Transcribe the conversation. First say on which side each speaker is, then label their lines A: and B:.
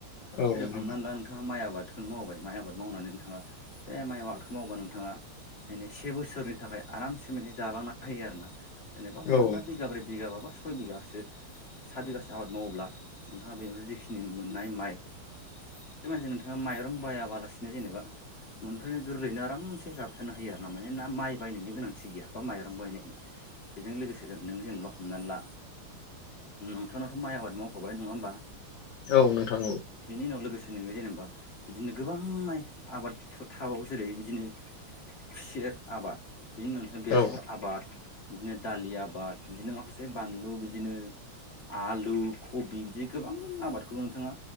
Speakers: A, on the left; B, on the left.
A: औ
B: जेरै
A: नोंथां
B: हमनानै ला नोंथाङा माइ आबाद खौनो मावबाय माइ आबाद मावनानै नोंथाङा बे माइ आबादखौ मावबा नोंथाङा माने से बोसोरनि थाखाय आरामसे माने जालांनो होयो आरो ना जेनेबा हमनानै
A: औ
B: ला बिगाब्रै बिगााबाबा सय बिगासो साय बिगासो आबाद मावोब्ला नोंथाङा बेनिफ्राय जिखिनि मोननाय माइ बे मायजों नोंथाङा माइरं बायाबालासिनो जेनेबा न'निफ्रायनो गोरलैनो आरामसे जाबाय थानो हायो आरो ना माने ना माइ बायनायनि गोनांथि गैया बा माइरं बायनायनि बेजों लोगोसे नों जेनेबा हमनानै ला भुटानावथ' माइ आबाद मावखाबाय नङा होमबा
A: औ नोंथां औ
B: बेनि उनाव लोगोसे नोङो जेनेबा बिदिनो गोबां माइ आबादफोर थाबावो जेरै बिदिनो खुसेर आबाद बेनि उनाव बेसर
A: औ
B: आबाद बिदिनो दालि आबाद बिदिनो माखासे बानलु बिदिनो आलु कबि बिदि गोबां आबादखौबो नोंथाङा